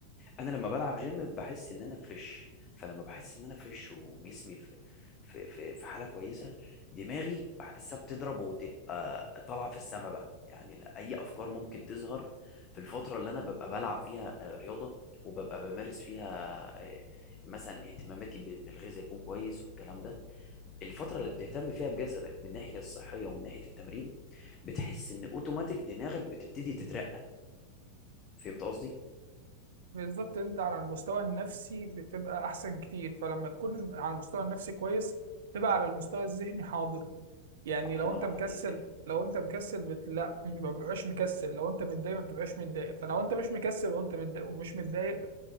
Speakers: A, on the left (about 30°); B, on the right (about 60°).
A: انا لما بلعب جيم بحس ان انا فريش فلما بحس ان انا فريش وجسمي في في في في حاله كويسه دماغي بحسها بتضرب وتبقى طالعه في السما بقى يعني لا اي افكار ممكن تظهر في الفتره اللي انا ببقى بلعب فيها آه، رياضه وببقى بمارس فيها آه، مثلا اهتماماتي بان الغذاء يكون كويس والكلام ده الفتره اللي بتهتم فيها بجسدك من الناحيه الصحيه ومن ناحيه التمرين بتحس ان اوتوماتيك دماغك بتبتدي تترقى فهمت قصدي
B: بالظبط أنت على المستوى النفسي بتبقى أحسن كتير فلما تكون على المستوى النفسي كويس تبقى على المستوى الذهني حاضر يعني
A: الله
B: لو
A: ينور
B: أنت مكسل
A: عليك
B: لو أنت مكسل بت... لا ما بتبقاش مكسل لو أنت متضايق ما بتبقاش متضايق فلو أنت مش مكسل وأنت متضايق ومش متضايق